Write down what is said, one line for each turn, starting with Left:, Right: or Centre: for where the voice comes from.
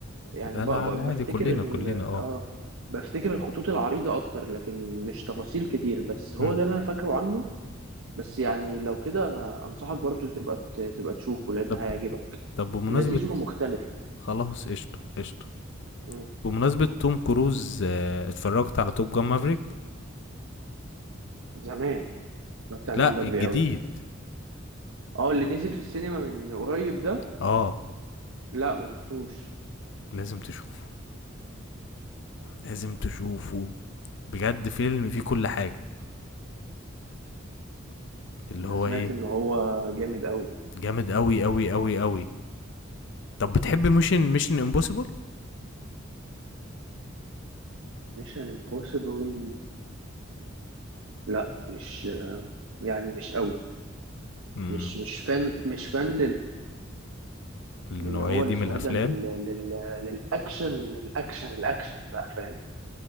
Right: يعني
Left: لا،
Right: ب...
Left: لا،
Right: ب...
Left: على عادي
Right: بفتكر
Left: كلّنا،
Right: ال...
Left: كلّنا آه،
Right: اه بفتكر الخطوط العريضة أكتر لكن مش تفاصيل كتير بس هو
Left: إمم،
Right: ده اللي أنا فاكره عنه بس يعني لو كده أنا أنصحك برضو تبقى ت- تبقى تشوفه لأن
Left: طب
Right: هيعجبك
Left: طب بمناسبة
Right: لذيذ ومختلف
Left: خلاص قشطة، قشطة،
Right: مم.
Left: بمناسبة توم كروز آه، اتفرّجت على Top Gun Maverick؟
Right: زمان اتفرجت عليه
Left: لأ
Right: من بدري
Left: الجديد،
Right: قوي اه اللي نزل في السينما من قريب ده
Left: آه،
Right: لا ما شفتوش
Left: لازم تشوفه، لازم تشوفه، بجد فيلم فيه كل حاجة، اللي
Right: أنا
Left: هو
Right: سمعت
Left: إيه،
Right: إن هو جامد قوي
Left: جامد أوي، أوي، أوي، أوي، طب بتحب Mission Mission Impossible؟
Right: ميشن امبوسيبل لا مش يعني مش قوي
Left: إمم،
Right: مش مش فان مش فان
Left: النوعية
Right: اللي هو
Left: دي
Right: اللي اسمه
Left: من الأفلام؟
Right: ايه ده لل... لل... للاكشن الاكشن الاكشن بقى فاهم